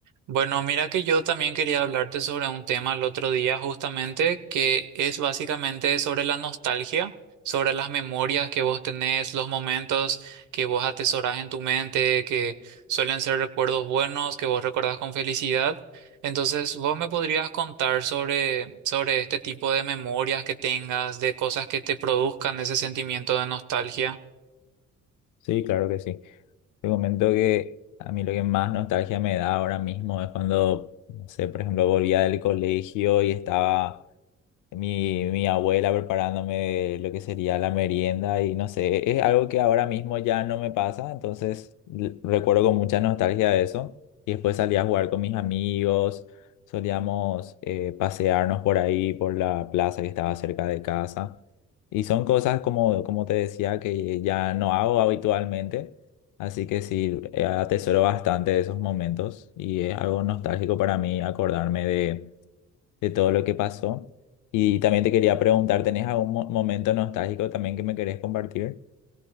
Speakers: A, on the right; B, on the left.
A: Bueno, mira que yo también quería hablarte sobre un tema el otro día justamente que es básicamente sobre la nostalgia, sobre las memorias que vos tenés, los momentos que vos atesorás en tu mente, que suelen ser recuerdos buenos, que vos recordás con felicidad. Entonces, vos me podrías contar sobre, sobre este tipo de memorias que tengas, de cosas que te produzcan ese sentimiento de nostalgia.
B: Sí, claro que sí. Te comento que a mí lo que más nostalgia me da ahora mismo es cuando, no sé, por ejemplo, volvía del colegio y estaba mi, mi abuela preparándome lo que sería la merienda y no sé, e-, es algo que ahora mismo ya no me pasa, entonces l- recuerdo con mucha nostalgia eso. Y después salía a jugar con mis amigos, solíamos eh, pasearnos por ahí, por la plaza que estaba cerca de casa. Y son cosas como, como te decía que ya no hago habitualmente, así que sí, eh, atesoro bastante esos momentos y es algo nostálgico para mí acordarme de todo lo que pasó. Y también te quería preguntar, ¿tenés algún mo- momento nostálgico también que me querés compartir?